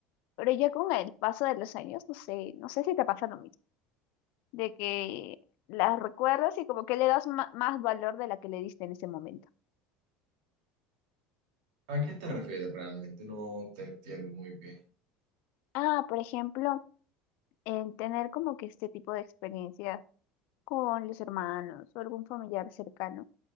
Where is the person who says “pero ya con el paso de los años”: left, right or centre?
Left